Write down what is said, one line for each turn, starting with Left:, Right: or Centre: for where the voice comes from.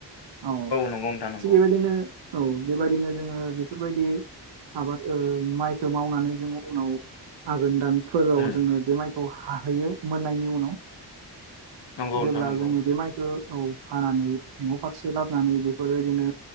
Right: औ
Left: नंगौ नोंथां नंगौ
Right: थिग बेबायदिनो औ बेबायदिनो जोङो बेफोरबायदि आबाद ओ माइखोमावनानै जोङो उनाव आघोन दान फोराव
Left: उम
Right: जोङो बे माइखौ हाहैयो मोननायनि उनाव ।
Left: नंगौ
Right: जेब्ला
Left: नोंथां नंगौ
Right: जोङो बे माइखो औ हानानै न' फारसे लाबोनानै बेफोरबायदिनो